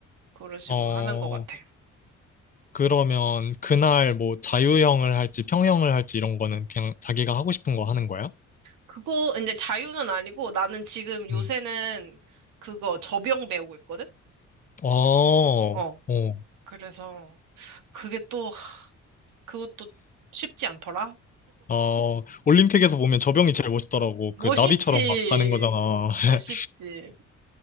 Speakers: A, on the right; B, on the left.
A: 그런 식으로
B: 어,
A: 하는 것 같아.
B: 그러면 그날 뭐 자유형을 할지 평형을 할지 이런 거는 그냥 자기가 하고 싶은 거 하는 거야?
A: 그거 이제 자유는 아니고 나는 지금 요새는
B: 음,
A: 그거 접영 배우고 있거든?
B: 어,
A: 어.
B: 어,
A: 그래서 그게 또, 하, 그것도 쉽지 않더라?
B: 어, 올림픽에서 보면 저병이 제일 멋있더라고.
A: 멋있지.
B: 그 나비처럼 막 가는 거잖아. <laughs>
A: 멋있지.